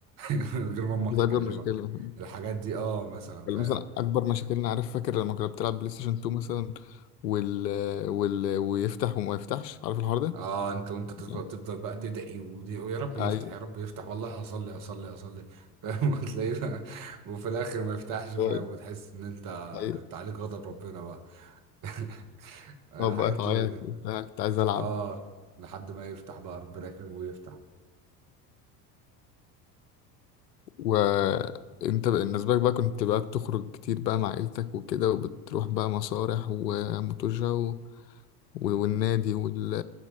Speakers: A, on the right (about 40°); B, on the left (about 80°).
A: <laughs> من غير ما امك
B: دي
A: تكلمك
B: أكبر مشكلة
A: الحاجات دي اه مثلا
B: ولا
A: فاهم
B: مثلا أكبر مشاكلنا عارف فاكر لما كنا بتلعب بلاي ستيشن 2 مثلا وال... وال... ويفتح وما يفتحش عارف الحوار ده؟
A: اه انت وانت تفضل
B: يعني،
A: تفضل بقى تدعي ودي- ويا رب يفتح
B: أيوة
A: يا رب يفتح والله هصلي هصلي هصلي <laughs> فاهم وتلاقيه بقى- وفي الاخر ما يفتحش
B: <laughs>
A: فاهم وتحس ان انت
B: أيوة
A: انت عليك غضب ربنا بقى <laughs> الحاجات
B: طب بقى تعيط
A: دي كانت-
B: وبتاع، كنت عايز ألعب
A: اه لحد ما يفتح بقى ربنا يكرمه ويفتح
B: وانت بالنسبة لك بقى كنت بقى بتخرج كتير بقى مع عيلتك وكده وبتروح بقى مسارح وموتوجة و... والنادي وال...